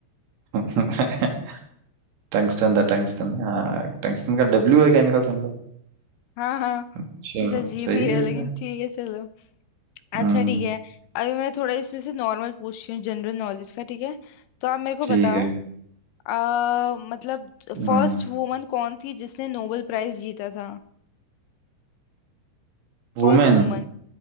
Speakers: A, on the right; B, on the left.
A: <laughs> टंगस्टन था टंगस्टन हाँ टंगस्टन का डब्ल्यू है केमिकल सिंबल
B: हाँ हाँ
A: अच्छा
B: कुछ अजीब
A: सही
B: ही
A: है
B: है
A: फिर
B: लेकिन
A: तो।
B: ठीक है चलो
A: हम्म
B: अच्छा ठीक है अभी मैं थोड़ा इसमें से नॉर्मल पूछती हूँ जनरल नॉलेज का ठीक है तो आप मेरे को
A: ठीक
B: बताओ
A: है
B: आ, मतलब
A: हम्म
B: फर्स्ट वुमन कौन थी जिसने नोबेल प्राइज जीता था First
A: Women
B: woman